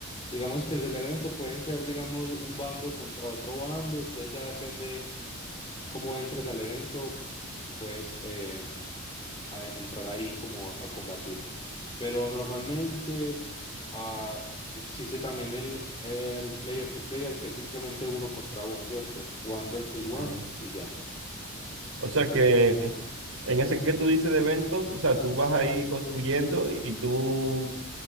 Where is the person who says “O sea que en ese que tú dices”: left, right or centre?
Right